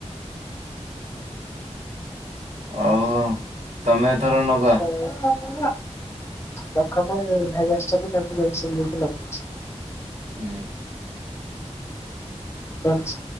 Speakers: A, on the right; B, on the left.
A: ଆଉ ତମେ ଏଥର ନଗା
B: ଉଁ ହଉ ରଖ ମୁଁ ଭାଇ ଆସିଛନ୍ତି ତାଙ୍କୁ ମେଡିସିନ ଦେଇକି ଲଗଉଛି।
A: ହୁଁ
B: ଚାଲୁଚି